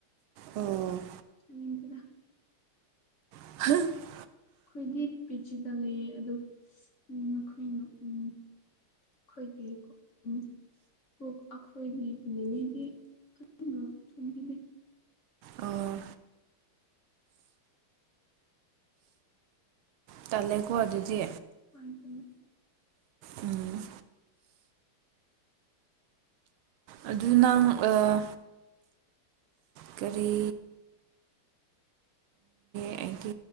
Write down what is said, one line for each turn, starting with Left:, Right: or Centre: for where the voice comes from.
Right: ꯑꯣ
Left: <unintelligible>
Right: <inaudible>
Left: ꯑꯩꯈꯣꯏꯒꯤ ꯄꯤꯆꯗ ꯂꯩꯌꯦ ꯑꯗꯨ ꯎꯝ ꯃꯈꯣꯏꯅꯤ ꯎꯝ ꯑꯩꯈꯣꯏꯒꯤ ꯎꯝ ꯕꯨꯛ ꯑꯩꯈꯣꯏꯒꯤ ꯅꯤꯅꯤꯗꯤ ꯐꯖꯅ ꯊꯨꯝꯕꯤꯅꯤ
Right: ꯑꯣ ꯇꯜꯂꯦꯀꯣ ꯑꯗꯨꯗꯤ
Left: <unintelligible>
Right: ꯎꯝ ꯑꯗꯨ ꯅꯪ ꯑꯥ ꯀꯔꯤ ꯑꯩꯒꯤ